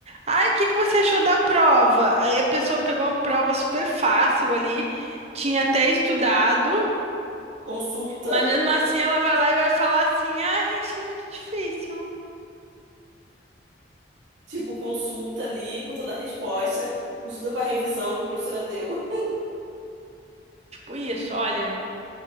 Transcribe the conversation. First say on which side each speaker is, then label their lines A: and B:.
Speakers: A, on the right; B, on the right.
A: Ai, o que que você achou da prova? Aí a pessoa pegou uma prova super fácil ali, tinha até estudado.
B: Consulta,
A: Mas mesmo assim ela vai lá e vai falar assim: "Ah, achei muito difícil".
B: tipo, consulta ali com toda a resposta, consulta com a revisão que a professora deu.
A: Tipo isso, olha,